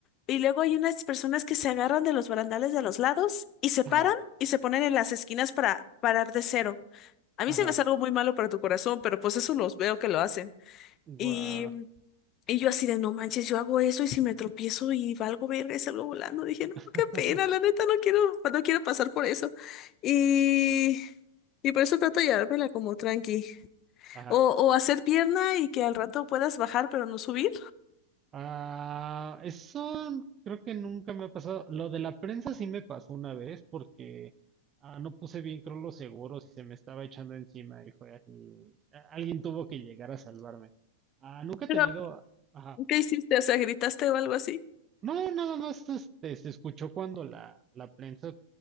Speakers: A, on the left; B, on the right.
A: y luego hay unas personas que se agarran de los barandales de los lados y se
B: Ajá,
A: paran y se ponen en las esquinas para parar de cero. A
B: ajá.
A: mí se me hace algo muy malo para tu corazón, pero pues eso los veo que lo hacen.
B: Guau.
A: Y, y yo así de, no manches, yo hago eso y si me tropiezo y valgo verga y salgo volando, dije, no,
B: <laughs>
A: qué pena, la neta, no quiero, no quiero pasar por eso. Y, y por eso trato de llevármela como tranqui.
B: Ajá.
A: O, o hacer pierna y que al rato puedas bajar pero no subir.
B: Ah, eso creo que nunca me ha pasado. Lo de la prensa sí me pasó una vez porque ah, no puse bien creo los seguros y se me estaba echando encima y fue así. a- Alguien tuvo que llegar a salvarme. Ah, nunca he
A: Pero,
B: tenido. Ajá.
A: ¿qué hiciste? O sea, ¿gritaste o algo así?
B: No, nada más este, se escuchó cuando la, la prensa